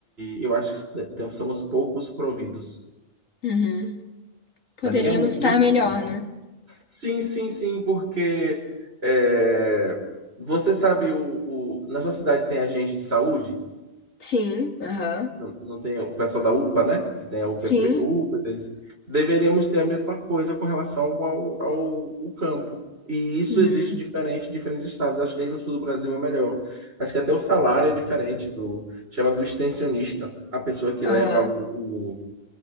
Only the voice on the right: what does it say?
e eu acho que tem- somos poucos providos.
Na minha humilde
opinião.
Sim, sim, sim, porque é, você sabe, o, o- na sua cidade tem agente de saúde?
Não, não tem o pessoal da UPA, né? Que tem a UPP,
UPA, eles deveríamos ter a mesma coisa com relação ao, ao, ao campo. E isso
existe diferente em diferentes estados. Acho que aí no sul do Brasil é melhor. Acho que até o salário é diferente do, chama do extensionista, a pessoa que
leva o, o,